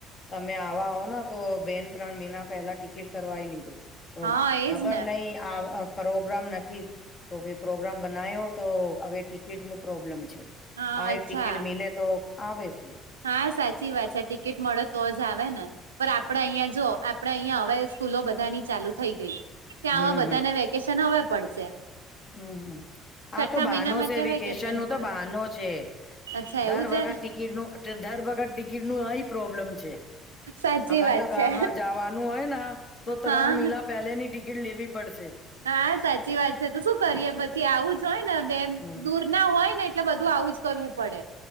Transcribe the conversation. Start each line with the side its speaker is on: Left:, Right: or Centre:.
Left: તમે આવા હો ને તો બેન ત્રણ મહિના પહેલા ટિકિટ કરવાઈ લીધો. તો
Right: હા
Left: ખબર
Right: એજ ને
Left: નય આ અ પ્રોગ્રામ નથી તો પ્રોગ્રામ બનાયો તો હવે ટિકિટ નું પ્રોબ્લમ છે.
Right: હા
Left: આય
Right: અચ્છા
Left: ટિકિટ મિલે તો આવે છે.
Right: હા, સાચી વાત છે, ટિકિટ મળે તો જ આવે ને? પર આપડે અહિયા જો, આપડે અહિયા હવે, સ્કૂલો બધાની ચાલુ થઈ ગઈ. ત્યાં,
Left: હમ
Right: આવ બધાને, વેકેશન હવે પડશે.
Left: હમ્મ, હમ્મ
Right: છઠ્ઠા
Left: આ તો બહાનો
Right: મહિનામાં
Left: છે,
Right: ત્યાં
Left: વેકેશન નું તો
Right: પડે
Left: બહાનો છે.
Right: અચ્છા
Left: દર
Right: એવું
Left: વખત
Right: છે
Left: ટિકિટ નું, એટલે દર વખત ટિકિટ નું આય પ્રોબ્લેમ છે.
Right: સાચી
Left: અમારે
Right: વાત
Left: તો, ગામડા
Right: છે
Left: જવાનું હોય ને, તો ત્રણ
Right: હા
Left: મહિના પહેલેની ટિકિટ લેવી પડશે.
Right: હા, સાચી વાત છે. તો શું કરીએ? પછી આવું જ હોય ને બેન-
Left: હમ
Right: ના હોય ને, એટલે બધું આવું જ કરવું પડે.